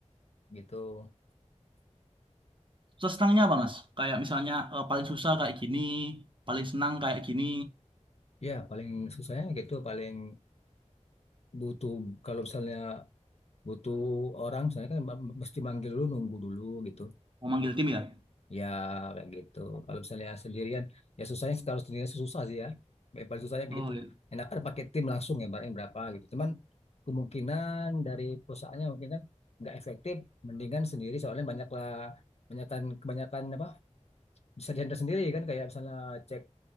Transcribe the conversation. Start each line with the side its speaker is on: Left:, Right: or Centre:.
Left: gitu.
Right: Terus senangnya apa mas? Kayak misalnya eh, paling susah kayak gini, paling senang kayak gini.
Left: Ya paling susahnya gitu paling butuh kalau misalnya butuh orang misalnya kan mesti manggil dulu nunggu dulu gitu.
Right: Mau manggil tim ya?
Left: Ya kayak gitu. Kalau misalnya sendirian, ya susahnya sih kalau sendirian sih susah sih ya. Yang paling susahnya kayak
Right: Oh,
Left: gitu.
Right: iya.
Left: Enakan pakai tim langsung ya barangnya berapa gitu. Cuman kemungkinan dari perusahaannya mungkin kan nggak efektif. Mendingan sendiri soalnya banyak lah kebanyakan kebanyakan apa bisa dihandle sendiri kan kayak misalnya cek